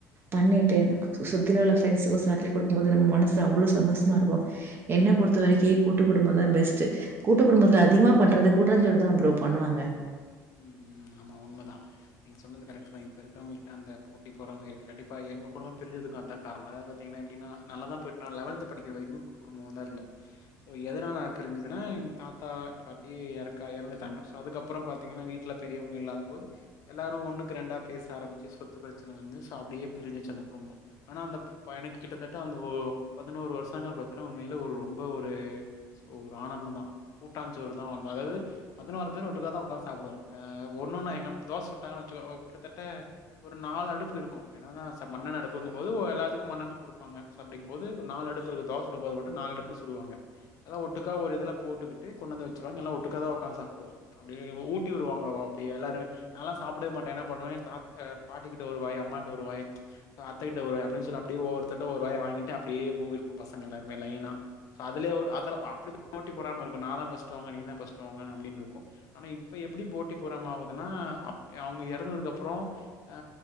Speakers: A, on the right; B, on the left.
A: பண்ணிட்டு நமக்கு சு சுத்தி ஃப்ரெண்ட்ஸ்கு சாக்லேட் குடுக்கு போது நம்ம மனசு அவ்ளோ சந்தோஷமா இருக்கு என்ன பொருத்த வரைக்கு கூட்டு குடும்ப தா பெஸ்ட் கூட்டு குடும்பத்தில அதிகமா பண்றதுக் கூட்டாஞ்சோறு தா ப்ரோ பண்ணுவாங்க
B: ம் ம் ஆமா உண்ம தா நீங்க சொன்னது கரெக்ட்டு தா இப்ப இருக்கவங்கள்ட்ட அந்த போட்டி பொறாம இருக்கு கண்டிப்பா எங்க குடும்போ பிரிஞ்சதுக்கு அதா காரணோ அதாது பா த்தீங்க அப்டினா நல்லா தா போய்ட்டு நா லெவல் படிக்க வரைக்கு கூட்டு குடும்பமா தா இருந்தோ ஸோ எதனால பிரிஞ்சுதுனா எங்க தாத்தா பாட்டி எறக்க எறந்துட்டாங்க ஸோ அதுக்கப்புறோ பாத் தீங்கன்னா வீட்ல பெரியவங்க இல்லாத போது எல்லாரு ஒண்ணுக்கு ரெண்டா பேச ஆரம்பிச்சு சொத்து பிரச்சன வந்து ஸோ அப்டியே பிரிஞ்சுருச்சு அந்த குடும்போ ஆனா அந்த பையனுக்கு கிட்டத்தட்ட அந்த ஒ பதினோரு வருஷங்கள் பத்தீன்னா உண்மைல ஒரு ரொம்ப ஒரு ஒரு ஆனந்தந்தா கூட்டான் சோறு தா அதாது பதினாறு பேர் ஒட்டுக்க தா ஒக்காந்து சா சாப்டுவோ ஆ ஒன்னொன்னு எங்க அம் தோச சுட்டாங்கன்னு வெச்சுக்கோ கிட்டத்தட்ட ஒரு நாலு அடுப்பு இருக்கு என்னன்னா மண்ணெ அடுப்புங்கு போது எல்லாத்துக்கு மண்ணெ குடுப்பாங்க சோ அப்டிங்கு போது ஒரு நாலு அடுப்பு இருக்கு தோச சுடும் போது மட்டு நால் அடுப் புல சுடுவாங்க எல்லா ஒட்டுக்கா ஒரு இதுல போட்டுக்கிட்டு கொண்டு வந்து வச்சருவாங்க எல்லா ஒட்டுக்கா தா ஒக்காந்து சாப்டுவோ அப்டியே ஊட் ஊட்டி விடுவாங்க அப்டியே எல்லாரு நாலா சாப்டவே மாட்டே என்ன பண்ணுவ என் தா அ பாட்டிக்கிட்ட ஒரு வாய் அம்மாட்ட ஒரு வாய் அத்தகிட்ட ஒரு வாய் அப்டினு சொல்லு அப்டியே ஒவவொருத்தட்ட ஒரு வாய் வாங்கிட்டு அப்டியே மூவிருப்போ பசங்க எல்லாருமே லைன்னா ஸோ அதுலயு ஒரு அதுல பா அப்டி போட்டி பொறாம இருக்கு நா தா ஃபர்ஸ்ட்டு வாங்குவே நீ தா ஃபர்ஸ்ட்டு வாங்குவ அப்டின்ருக்கு ஆனா இப் இப்ப எப்டி போட்டி பொறாம ஆவுதுன்னா அப் அவுங்க எறந்ததுக்கப்றோ ஆ